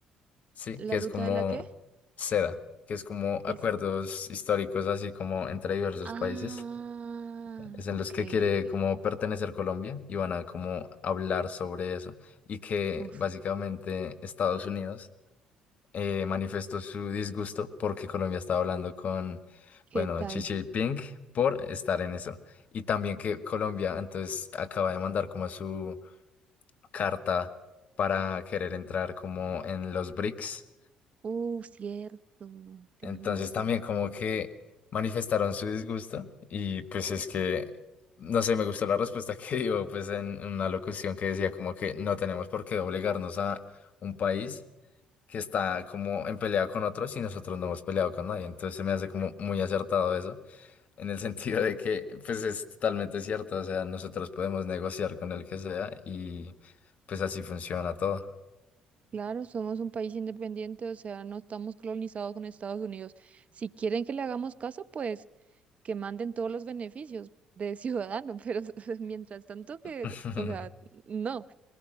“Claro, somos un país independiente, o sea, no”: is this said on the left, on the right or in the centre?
Right